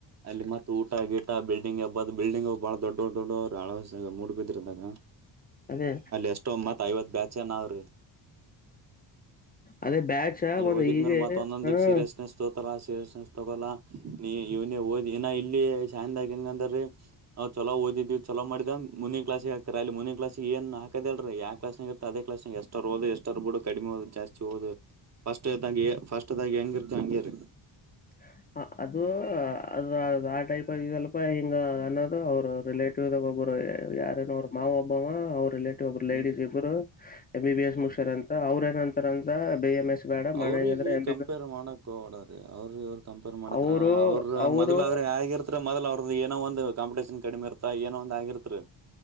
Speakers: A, on the right; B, on the left.
A: ಅಲ್ಲಿ ಮತ್ತ ಊಟ ಆಿಟ್ಟ ಬಿಲ್ಡಿಂಗ್ ಹಬ್ಬದ ಬಿಲ್ಡಿಂಗ್ಬ್ಬ ಬಾಳ ದಡ್ಡ ದೊಡ್ಡ ಅವ್ ಹಳ ಮೂಡ್ ಬಿದ್ರದಾಗ
B: ಅದೇ
A: ಅಲ್ಲಿ ಎಷ್ಟೊಮ್ಮತ್ ಐವತ್ ಬ್ಯಾಚ್ ನಾವ್ರಿ
B: ಅದೇ ಬ್ಯಾಚ
A: ಅಲ್ಲಿ
B: ಒಂದ್
A: ಹೋಗಿದ್ಮೇಲೆ
B: ಹೀಗೆ
A: ಮತ್ತ ಒಂದೊಂದ
B: ಹ್ಮ
A: ಸೀರಿಯಸ್ನೆಸ್ ತೋತಾರ ಸೀರಿಯಸ್ನೆಸ್ ತಗೊಲ್ಲ ನೀ ಇವನ ಓದಿ ಇನ ಇಲ್ಲಿ ಶಾಯದಾಗ ಹೆಂಗ ಅಂದ್ರೀ ನಾವು ಚಲೋ ಓದಿದಿವವಿ ಚಲೋ ಮಾಡಿದಂದ ಮುಂದಿನ ಕ್ಲಸ್ ಹಾತ ಅಲ್ಲಿ ಮುಂದಿನ ಕ್ಾಸ್ ಏನ್ ಹಾದಲ್ರಿ ಯಾ ಕ್ಲಸ್ಗ ಇ ಅೇ ಕ್ಲಸ್ ಎಷ್ಟರ್ೋ ಎಷ್ಟರ್ ಬಿ ಕಡಿಮ ಹೋದು ಜಾಸ್ತಿ ಹೋದು ಫಸ್ಟ್ದಾಗಿ ಫಸ್ಟ್ದಾಗಿ ಹೆಂಗಿರ್ತ ಹಂಗ್ಯರ್
B: <inaudible> ಹ ಅದು ಅದು ಆ ಟೈಪ್ ಆಗಲ್ಪ ಹಿಂಗ ಅನ್ನದು ಅವರು ರಿಲೇಟಿವ್ಾಗ ಒಬಾರು
A: ಹ್ಞೂ
B: ಯಾರೇನೋ ಅವ್ರ ಮಾವ ಒಬ್ಬವ ಅವ್ರ ಇಲ್ಲ ಒಬ್ರು ಲೇಡಿಸ್
A: ಹ್ಞೂ
B: ಇಬ್ಬರು ಎಂ ಬಿ ಎಸ್
A: ಹ್ಞೂ
B: ಮುಗಸ್ಯಾರ್ ಅಂತ ಅವ್ರ ಏನ ಅಂತಾರ ಅಂತ ಬಿ ಎಂ ಎಸ್ ಬೇಡ
A: ಅವ್ರಿಗ
B: ಮಾಡಂಗಿದ್ರೆ ಎಂ
A: ಕಂಪೇರ್
B: ಬಿ ಬಿ
A: ಮಾಡಕ ಹೊಗಬೇಡ ಅವರು ಇವ್ರ ಕಂಪೇರ್ ಮಾಡಿದ್ರೆ
B: ಅವರು
A: ಅವ್ರರು
B: ಅವರು
A: ಮೊದಲ ಅವ್ರರು ಹಾಗಿರ್ತರಿ ಮೊದಲ ಅವ್ರದ ಏನ ಒಂದು ಕಾಂಪಿಟೇಷನ್ ಕಡಿಮೆ ಇರ್ತ ತ್ತ ಏನೋ ಒಂದ ಆಗಿರ್ತಿ